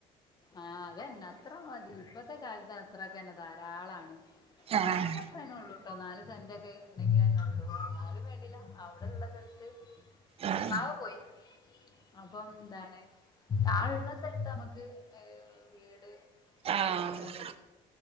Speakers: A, on the left; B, on the right.
A: ആഹ് അതന്നെ അത്ര മതി ഇപ്പത്തെ കാലത്ത് അത്രൊക്കെ തന്നെ ധാരാളാണ്
B: ആഹ്
A: ഞങ്ങൾക്ക ഉള്ളൂ കേട്ടോ നാല് സെൻ്റ് ഒക്കെ ഉണ്ടെങ്കിൽ ന്നെ ഉള്ളൂ ന്നാലും വേണ്ടില അവിടെള്ള സ്ഥലത്ത്
B: ആഹ്
A: വാവ പോയി അപ്പം എന്താണ് ആ ളള്ള സ്ഥലത്ത് നമക്ക് വീട്
B: ആഹ്
A: ആക്കൻ